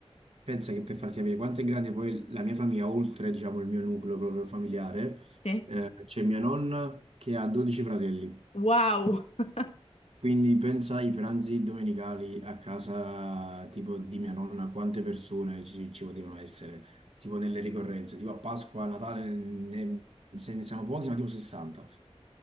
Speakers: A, on the right; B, on the left.
A: pensa che per farti capire quanto è grande poi la mia famiglia, oltre diciamo il mio nucleo proprio familiare,
B: Sì.
A: eh, c'è mia nonna che ha 12 fratelli.
B: Wow! <laughs>
A: Quindi pensa ai pranzi domenicali a casa tipo di mia nonna, quante persone ci, ci potevano essere, tipo nelle ricorrenze, tipo a Pasqua, a Natale, ne, se ne siamo pochi, ma tipo 60.